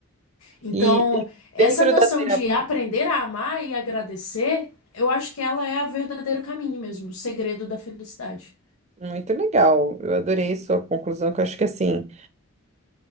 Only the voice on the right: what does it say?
E
dentro
da terapia
Muito legal. Eu adorei sua conclusão, que eu acho que assim,